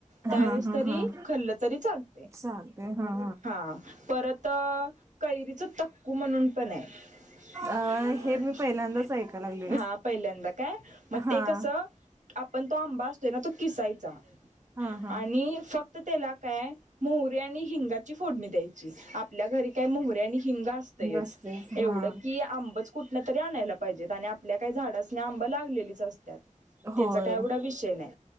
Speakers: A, on the right; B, on the right.
A: त्यावेळेस
B: हां, हां,
A: तरी
B: हां.
A: खाल्ल तरी चालतंय
B: चालतंय हां,
A: हां परत कैरीच टक्कू म्हणून पण आहे
B: अ हे मी पहिल्यांदाच ऐकाय लागले.
A: हां पहिल्यांदा काय मग
B: हां,
A: ते कस पण तो आंबा असतोय ना तो किसायचा
B: हां हां
A: आणि फक्त त्याला काय मोहरीे आणि हिंगाची फोडणी द्यायची आपल्या घरी काय मोहरीे आणि हिंग असतयचं
B: असतेच
A: एवढं
B: हां.
A: की आंबच कुठनतरी आणायला पा पाहिजेत आणि आपल्या काय झाडसनि आंब लागलेलीच असतात त्याच
B: होय.
A: काय एवढा विषय नाही